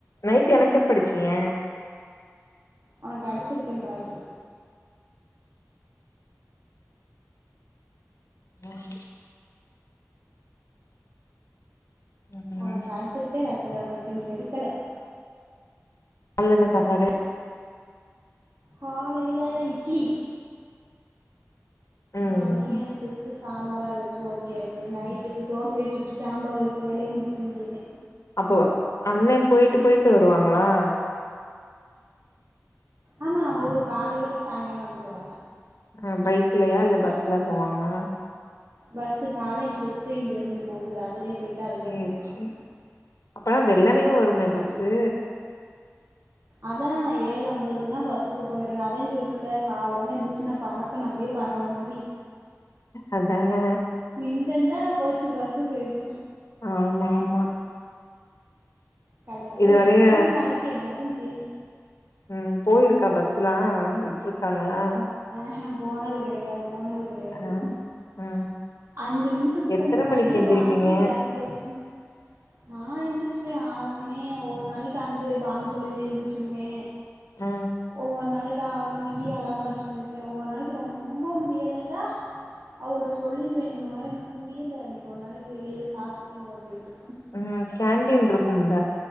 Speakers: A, on the left; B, on the right.
A: நைட் எனக்கே எப்போ அடிச்சீங்க
B: உனக்கு அடிச்சிருப்பே பாரு
A: உஹம் ம்
B: உனக்கு அடிச்சட்டே ரசிதா பிரச்ச நீ எடுக்கல
A: நல்லெண்ண சாப்பாடு
B: காலைல இட்லி
A: ம்
B: மதியானத்துக்கு சாம்பாரு வச்சு ஓட்டியாச்சு நைட்டுக்கு தோசைய சுட்டு சாம்பார் இருக்கு வேலய முடிக்க வேண்டியதே
A: அப்ப அண்ணே போயிட்டு போயிட்டு வருவாங்களா
B: ஆமா அவுக காலையல போயிட்டு சாயங்காலோ வந்துடுவாக
A: ஆ பைக்லயா இல்ல பஸ்ல போவாங்களா
B: பஸ்சு காலேஜ் பஸ்சே இங்க இருந்து போகுது அதுலயே போயிட்டு அதுலயே
A: சேரி
B: வந்துருவாங்க
A: சேரி அப்பன்னா வெள்ளனயே வருமே
B: ம்
A: பஸ்சு
B: அதா ஏழு ஐம்பதுக்குனா பஸ்ஸுக்கு போயரு அதே சொல்றல்ல காலையில எந்துச்சு நா பறக்கனு அப்டியே பறவ மாரி
A: அதான
B: நின்டண்டா போச்சு பஸ்சு போயிரு
A: ஆமா ஆமா
B: கட கட கட
A: இதுவரைய
B: கடன்னு நருக்கி எல்லாத்தயு செய்யி
A: ம் போயிருக்கா பஸ்சுலா விட்ருக்காங்களா
B: ஆஹ போனது கெடையாது போனது கெடையாது
A: ஆ ஆ
B: அஞ்சு நிமிஷத்துக்கு
A: எத்தன
B: முன்னாடியே
A: மணிக்கு எந்திரிப்பீங்க
B: வாங்கி பேக்ல வச்சுன் நா எந்திச்சிருவே ஆறு மணி ஒவ்வொரு நாளைக்கு அஞ்சரே பாங்கு சொல்லலே எந்திருச்சிருவே
A: ஆ
B: ஒவ்வோர் நாளைக் ஆறு மணிக்கு அலார வச்சு எந்திருப்பே ஒவ்வரு நாளைக்கு ரொம்ப முடியலைன்டா அவகள்ட்ட சொல்லிருவே இந்த மாரி எனக்கு முடியல இன்னைக்கு ஒரு நாளைக்கு வெளியில சாப்ட்டுக்கங்க அப்படினு
A: ம் கேண்டீன் இருக்கும்ல